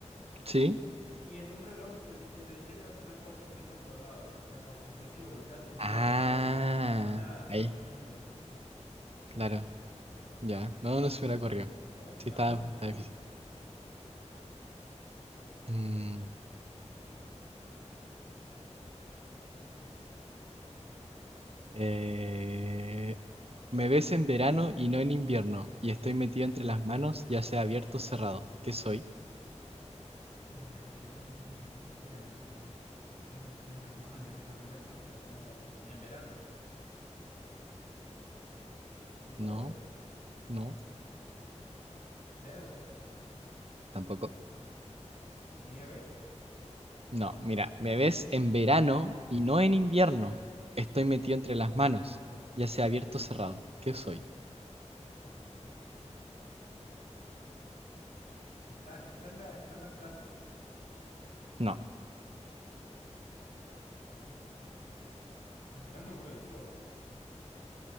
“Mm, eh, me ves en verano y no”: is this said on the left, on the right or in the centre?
Right